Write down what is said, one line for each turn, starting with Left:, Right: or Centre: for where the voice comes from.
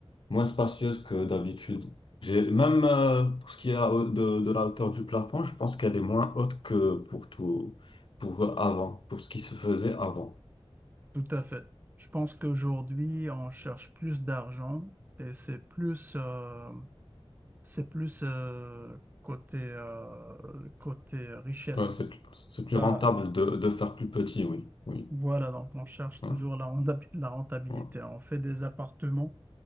Left: moins spacieuses que d'habitude. J'ai, même euh, pour ce qui est à haute- de, de la hauteur du plafond, je pense qu'elle est moins haute que pour tout, pour avant, pour ce qui se faisait avant.
Right: Tout à fait. Je pense qu'aujourd'hui on cherche plus d'argent et c'est plus euh, c'est plus euh, côté euh, côté richesse.
Left: Ouais, c'est plus, c'est plus
Right: Euh,
Left: rentable de, de faire plus petit, oui, oui,
Right: voilà, donc on cherche
Left: ouais,
Right: toujours la renta- la rentabilité.
Left: ouais,
Right: On fait des appartements